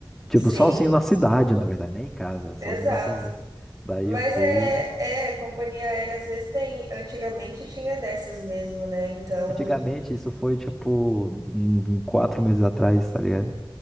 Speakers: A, in the centre; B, on the right.
A: Tipo,
B: Sim,
A: sozinho na cidade, na verdade, nem em casa, sozinho
B: exato.
A: na cidade. Daí
B: Mas
A: eu fui.
B: é, é, companhia aérea às vezes tem, antigamente tinha dessas mesmo, né? Então,
A: Antigamente, isso foi, tipo, em em quatro meses atrás, tá ligado?